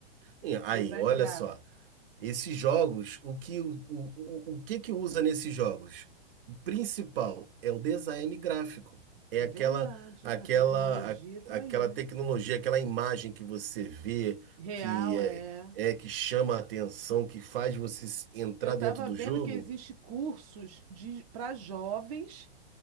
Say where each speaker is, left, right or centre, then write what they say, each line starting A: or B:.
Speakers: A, on the right; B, on the right.
A: E Aí,
B: design
A: olha
B: gráfico.
A: só. Esses jogos, o que, o, o, o que que usa nesses jogos? O principal é o design gráfico. É
B: É
A: aquela,
B: verdade.
A: aquela,
B: A tecnologia
A: a-
B: está
A: aquela
B: aí, né?
A: tecnologia, aquela imagem que você vê,
B: Real,
A: que é,
B: é.
A: é que chama a atenção, que faz você s- entrar
B: Eu estava
A: dentro do
B: vendo
A: jogo.
B: que existe cursos de para jovens